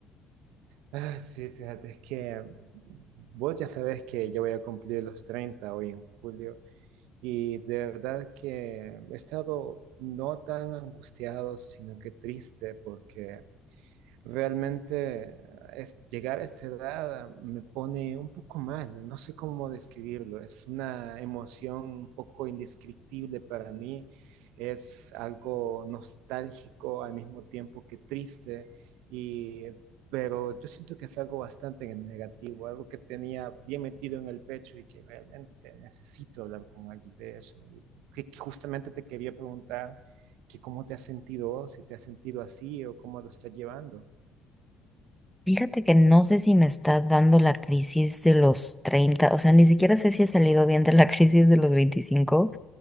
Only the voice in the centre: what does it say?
Fíjate que no sé si me está dando la crisis de los 30, o sea, ni siquiera sé si he salido bien de la <laughs> crisis de los 25,